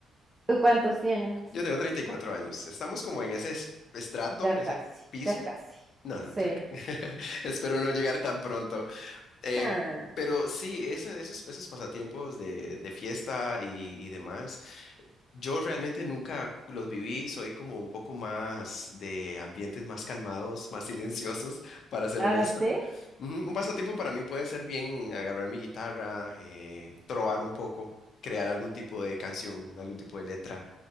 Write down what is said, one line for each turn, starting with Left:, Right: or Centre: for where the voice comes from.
Right: ¿Tú cuántos tienes?
Left: Yo tengo 34 años. Estamos como en ese es- estrato,
Right: Ya
Left: ese
Right: casi,
Left: piso.
Right: ya casi.
Left: No, no,
Right: Sí.
Left: ya. que- <laughs> Espero no llegar tan pronto. Eh,
Right: Ah,
Left: pero sí, ese- esos, esos pasatiempos de, de fiesta y, y demás. Yo realmente nunca los viví, soy como un poco más de ambientes más calmados, más silenciosos, <laughs> para ser
Right: ¿ah,
Left: honesto.
Right: sí?
Left: Ujú, Un pasatiempo para mí puede ser bien agarrar mi guitarra, eh, trobar un poco, crear algún tipo de canción, algún tipo de letra,